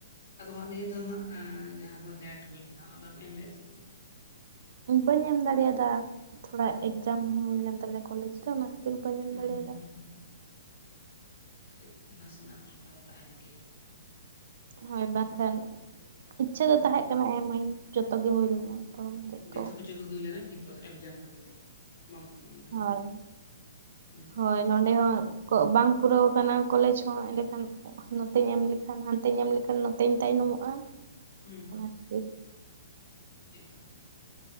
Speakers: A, on the left; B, on the right.
A: ᱟᱫᱚ ᱦᱟᱜ ᱱᱤᱭᱟᱹ ᱫᱷᱟᱣ ᱦᱟᱸᱜ ᱡᱟᱦᱟᱸ ᱫᱚ ᱱᱮᱴ ᱦᱩᱭᱮᱱ ᱦᱟᱸᱜ ᱚᱱᱟᱢ ᱮᱢ ᱞᱮᱜᱼᱟ ᱥᱮ ᱵᱟᱝ
B: ᱵᱟᱹᱧ ᱮᱢ ᱫᱟᱲᱮᱭᱟᱫᱟ ᱛᱷᱚᱲᱟ ᱮᱠᱡᱟᱢ ᱦᱩᱭᱞᱮᱱ ᱛᱟᱞᱮᱭᱟ ᱠᱚᱞᱮᱡᱽ ᱛᱮ ᱚᱱᱟ ᱠᱷᱛᱤᱨ ᱵᱟᱹᱧ ᱮᱢ
A: ᱦᱩᱸ
B: ᱫᱟᱲᱮᱭᱟᱫᱟ
A: ᱦᱩᱸ ᱦᱩᱸ ᱦᱩᱸ ᱠᱟᱹᱴᱤᱡ ᱱᱟᱥᱮᱱᱟᱜ ᱚᱱᱠᱟ ᱫᱚ ᱛᱟᱦᱮᱱ ᱜᱮᱭᱟ
B: ᱦᱳᱭ ᱵᱟᱝᱠᱷᱟᱱ ᱤᱪᱪᱷᱟᱹ
A: ᱦᱩᱸ
B: ᱫᱚ ᱛᱟᱦᱮᱸ ᱠᱟᱱᱟ ᱮᱢᱟᱹᱧ ᱡᱚᱛᱚ ᱜᱮ ᱦᱩᱭ ᱞᱮᱱᱟ ᱯᱷᱚᱨᱚᱢ ᱯᱮᱨᱮᱡ
A: ᱡᱚᱛᱚ
B: ᱠᱚ
A: ᱠᱤᱪᱷᱩ ᱜᱮ ᱦᱩᱭ ᱞᱮᱱᱟ ᱠᱤᱱᱛᱩ ᱮᱠᱡᱟᱢ ᱠᱷᱟᱹᱛᱤᱨ ᱛᱮ ᱵᱟᱝ ᱥᱚᱢᱟᱭ ᱞᱮᱱᱟ ᱥᱮ
B: ᱦᱳᱭ
A: ᱪᱮᱫ ᱦᱩᱸ
B: ᱦᱳᱭ ᱱᱚᱸᱰᱮ
A: ᱟᱨ
B: ᱦᱚᱸ ᱵᱟᱝ ᱯᱩᱨᱟᱹᱣ ᱠᱟᱱᱟ ᱠᱚᱞᱮᱡᱽ ᱦᱚᱸ ᱮᱸᱰᱮᱠᱷᱟᱱ ᱱᱚᱛᱮᱧ ᱮᱢ ᱞᱮᱠᱷᱟᱱ ᱦᱟᱱᱛᱮᱧ ᱮᱢ ᱞᱮᱠᱷᱟᱱ ᱱᱚᱛᱮᱧ ᱛᱟᱭᱱᱚᱢᱚᱜᱼᱟ
A: ᱦᱩᱸ
B: ᱚᱱᱟ ᱠᱷᱟᱹᱛᱤᱨ
A: ᱮᱠᱫᱚᱢ